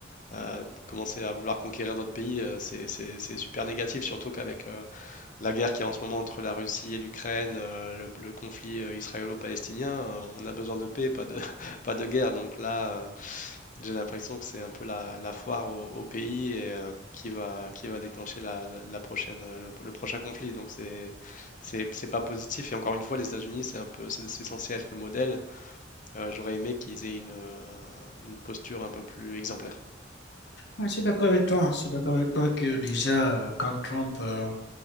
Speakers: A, on the left; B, on the left.
A: euh, commencer à vouloir conquérir d'autres pays, euh, c'est, c'est- c'est super négatif, surtout qu'avec... euh, la guerre qu'il y a en ce moment entre la Russie et l'Ukraine, euh, le, le conflit euh, israélo-palestinien, euh, on a besoin de paix, pas de, <laughs> pas de guerre. Donc là, euh, j'ai l'impression que c'est un peu la, la foire au, au pays et, euh, qui va, qui va déclencher la, la- la prochaine, euh, le, le prochain conflit. Donc c'est, c'est, c'est pas positif. Et encore une fois, les États-Unis, c'est un peu, c'est c'est censé être le modèle. Euh, j'aurais aimé qu'ils aient une, euh, une posture un peu plus exemplaire.
B: Ouais, Je suis d'accord avec toi. Je suis d'accord avec toi que déjà, euh, quand Trump euh,